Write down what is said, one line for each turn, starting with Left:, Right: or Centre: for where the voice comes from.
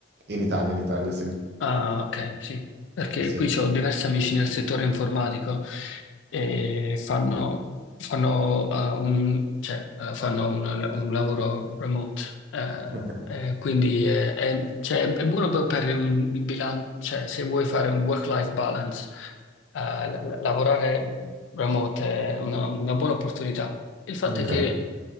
Right: In Italia, in Italia, sì.
Left: Ah, ok, sì, perché
Right: Sì, sì.
Left: qui ho diversi amici nel settore informatico e fanno, fanno, eh, un, cioè, eh, fanno un, un lavoro remote, eh,
Right: Ok,
Left: e quindi è, è- cioè, è buono per, per un- il bilancio, cioè, se vuoi fare un work-life balance, eh, la- la- lavorare remote è una, una buona opportunità. Il fatto
Right: ok.
Left: è che